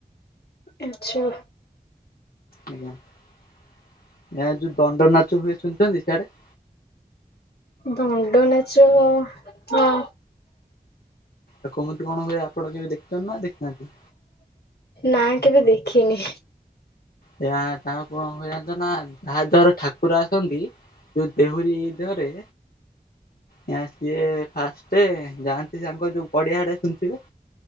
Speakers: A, on the left (about 85°); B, on the left (about 70°).
A: ଆଚ୍ଛା।
B: ଆଜ୍ଞା। ଏଆଡେ ଯୋଉ ଦଣ୍ଡ ନାଚ ହୁଏ ଶୁଣିଛନ୍ତି? ସିଆଡେ?
A: ଦଣ୍ଡ ନାଚ ହଁ।
B: ଆଉ କୁମୁତି କଣ ହୁଏ ଆପଣ କେବେ ଦେଖିଛନ୍ତି ନା ଦେଖିନାହାନ୍ତି?
A: ନାଇ କେବେ ଦେଖିନି।
B: ୟା ତାଙ୍କର କଣ ହୁଏ ଜାଣି ଚ ନା, ତାହା ଦ୍ଵାରା ଠାକୁ କୁର ଆସନ୍ତି, ଯୋଉ ଦେହୁରୀ ଦେହରେ ନା ସିଏ ଫାଷ୍ଟେ, ଯାଆନ୍ତି ତାଙ୍କ ଯୋଉ ପଡି଼ଆ ଆଡେ଼ ଶୁଣିଥିବେ?